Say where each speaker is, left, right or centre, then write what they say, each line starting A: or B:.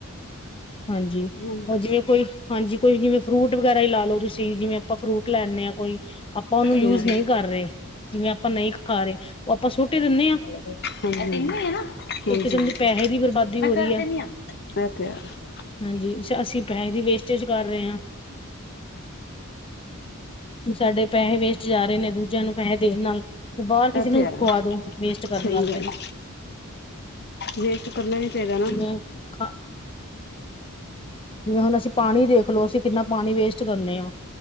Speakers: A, on the left (about 25°); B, on the left (about 50°).
A: ਹਾਂਜੀ
B: ਹੋਰ
A: ਉਹ ਜਿਵੇਂ ਕੋਈ ਹਾਂਜੀ ਕੋਈ ਜਿਵੇਂ ਫਰੂਟ ਵਗੈਰਾ ਹੀ ਲਾ ਲੋ ਤੁਸੀਂ ਜਿਵੇਂ ਆਪਾਂ ਫਰੂਟ ਲੈਂਣੇ ਹਾਂ ਕੋਈ ਆਪਾਂ ਉਹਨੂੰ ਯੂਜ
B: ਹਾਂਜੀ
A: ਨਹੀਂ ਕਰ ਰਹੇ ਜਿਵੇਂ ਆਪਾਂ ਨਹੀਂ ਖਾ ਰਹੇ ਉਹ ਆਪਾਂ ਸੁਟ ਈ ਦਿੰਦੇ ਹਾਂ।
B: <unintelligible>
A: ਇੱਕ ਕਿਸਮ ਦੀ ਪੈਸੇ ਦੀ ਬਰਬਾਦੀ ਹੋ ਰਹੀ ਹੈ ਹਾਂਜੀ ਅਸੀਂ ਪੈਹੇ ਦੀ ਵੇਸ਼ਟੇਜ ਕਰ ਰਹੇ ਹਾਂ। ਸਾਡੇ ਪੈਹੇ ਵੇਸਟ ਜਾ ਰਹੇ ਨੇ ਦੂਜਿਆਂ ਨੂੰ ਪੈਹੇ ਦੇਣ ਨਾਲ ਤੇ ਬਾਹਰ ਕਿਸੇ
B: ਇਹ
A: ਨੂੰ
B: ਤੇ ਹੈ
A: ਖਵਾ ਦੋ ਵੇਸਟ
B: ਸਹੀ
A: ਕਰਨ ਨਾਲ
B: ਗੱਲ
A: ਤੇ
B: ਹੈ, ਵੇਸਟ ਕਰਨਾ ਹੀ ਚਾਹੀਦਾ ਨਾ।
A: ਜਿਵੇਂ ਖਾ ਜਿਵੇਂ ਹੁਣ ਅਸੀਂ ਪਾਣੀ ਦੇਖ ਲੋ ਅਸੀਂ ਕਿੰਨਾ ਪਾਣੀ ਵੇਸਟ ਕਰਨੇ ਆਂ।